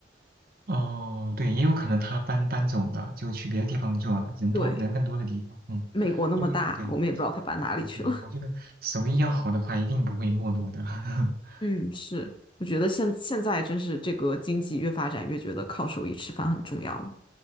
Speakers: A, on the right; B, on the left.
A: 哦，对，也有可能他搬搬走了，就去别的地方做了，人多人更多的地方。
B: 对。
A: 嗯，
B: 美国那么大，
A: 因为对，对
B: 我们也不知道它搬哪里去了。
A: 对，我觉得手艺要好的话，一定不会没落的。<laughs>
B: <laughs> 嗯，是，我觉得现现在真是这个经济越发展越觉得靠手艺吃饭很重要了。